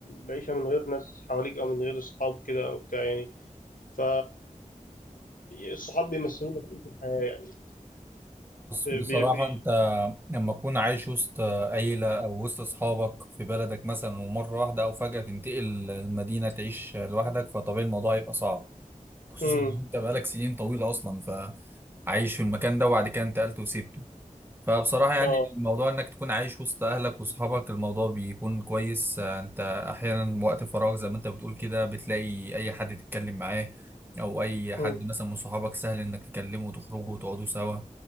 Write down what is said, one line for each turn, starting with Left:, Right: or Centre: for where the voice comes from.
Left: العيشة من غير ناس حواليك أو من غير صحاب كده أو بتاع يعني ف الصحاب بيمثلوا لك إيه في الحياة يعني
Right: بصراحة
Left: بي بي
Right: أنت لما تكون عايش وسط عيلة أو وسط أصحابك في بلدك مثلا ومرة واحدة أو فجأة تنتقل المدينة تعيش لوحدك فطبيعي الموضوع هيبقى صعب خصوصا
Left: امم
Right: ان انت بقالك سنين طويله اصلا فعايش في المكان ده وبعد كده انتقلت وسبته فبصراحه يعني
Left: اه
Right: الموضوع انك تكون عايش وسط اهلك واصحابك الموضوع بيكون كويس آه، انت احيانا وقت فراغ زي ما انت بتقول كده بتلاقي اي حد تتكلم معاه او اي
Left: امم
Right: حد مثلا من صحابك سهل انك تكلمه وتخرجوا وتقعدوا سوا